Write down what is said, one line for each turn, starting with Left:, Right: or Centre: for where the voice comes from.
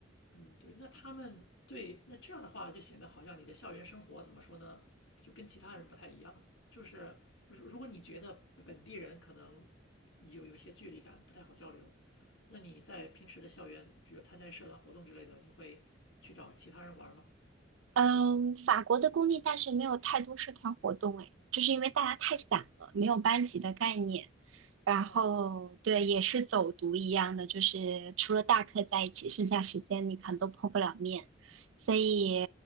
Left: 嗯对，那他们对那这样的话就显得好像你的校园生活怎么说呢，就跟其他人不太一样。就是如如果你觉得本地人可能有有一些距离感，不太好交流，那你在平时的校园，比如参加社团活动之类的，你会去找其他人玩吗？还是去？
Right: 嗯，法国的公立大学没有太多社团活动，哎，就是因为大家太散了，没有班级的概念。然后对，
Left: 哦
Right: 也是走读一样的，就是除了大课在一起，剩下时间你可能都碰不了面，所以